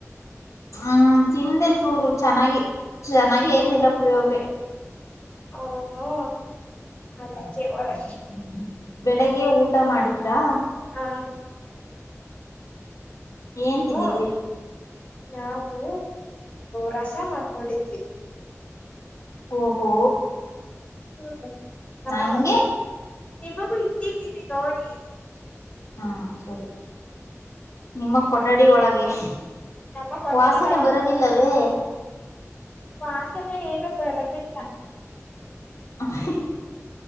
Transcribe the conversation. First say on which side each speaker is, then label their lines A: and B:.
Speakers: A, on the left (about 70°); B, on the left (about 20°).
A: ಹ್ಮ್ ತಿಂದೆ ಚೂರು ಚೆನ್ನಾಗಿ ಚೆನ್ನಾಗೆ ಇರ್ಲಿಲ್ಲ ಪುಳಿಯೋಗ್ರೆ
B: ಓಹೋ <unintelligible>
A: ಬೆಳಗ್ಗೆ ಊಟ ಮಾಡಿದ್ರಾ
B: ಹಾ.
A: ಏನ್ ತಿಂದಿದ್ರಿ
B: ಓ ನಾವು ರಸಾ ಮಾಡ್ಕೊಂಡಿದ್ವಿ
A: ಓಹೋ.
B: ಹ್ಮ್ ನಮ್ಮ
A: ನಂಗೆ
B: ಕೊಠಡಿ ನಿಮಗೂ ಇಟ್ಟಿದ್ದೀವಿ ನೋಡಿ
A: ಹ್ಮಾ <inaudible> ಸರಿ ನಿಮ್ಮ್ ಕೊಠಡಿ ಒಳಗೆ
B: ನಮ್ಮ ಕೊಠಡಿ
A: ವಾಸನೆ
B: ಒಳಗ್
A: ಬರಲಿಲ್ಲವೇ
B: ವಾಸನೆ ಏನು ಬರಲಿಲ್ಲಾ.
A: <unintelligible>